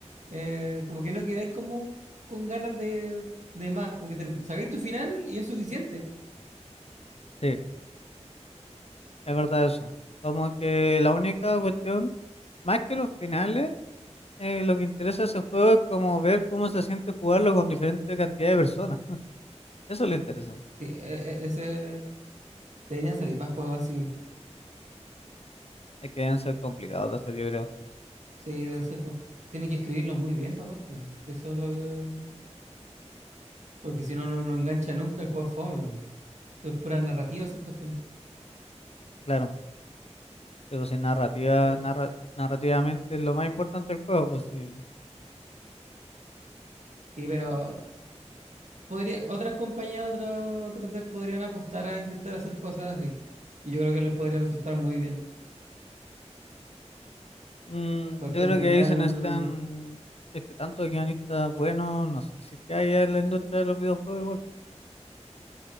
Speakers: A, on the right; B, on the left.
A: eh, como que no quedáis como con ganas de, de más, como que te sacáis tu final y es suficiente.
B: Sí, es verdad eso. Como que la única cuestión, más que los finales, eh, lo que interesa a ese juego es como ver cómo se siente jugarlo con diferente cantidad de personas. <laughs> Eso es lo interesante.
A: Sí, e- e- ese, deberían salir más juegos así.
B: Es que deben ser complicados de hacer, yo creo.
A: Sí, deben ser como- tienen que escribirlos muy bien, pa' aparte. po. Sí, eso es lo que... Porque si no, no, no engancha nunca el juego es fome. po. Eso es pura narrativa esas cuestiones.
B: Claro, pero si narrativa,
A: Eh,
B: narra- narrativamente es lo más importante del juego, pues sí.
A: sí, pero podría, otras compañías, otros, otros devs podrían apostar a intentar hacer cosas así. Y yo creo que les podría resultar muy bien.
B: Mm,
A: Porque
B: yo
A: al
B: creo
A: final.
B: que ahí se necesitan, es que tantos guionistas buenos, no sé si es que hay en la industria de los videojuegos igual.